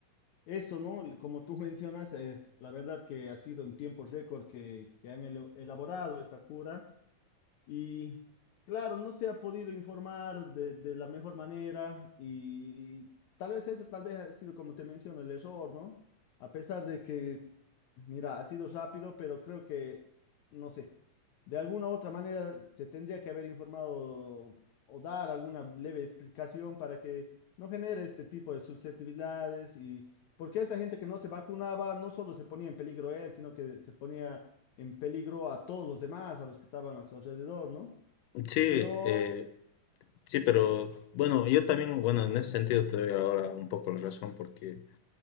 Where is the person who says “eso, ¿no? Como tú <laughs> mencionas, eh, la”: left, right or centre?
Left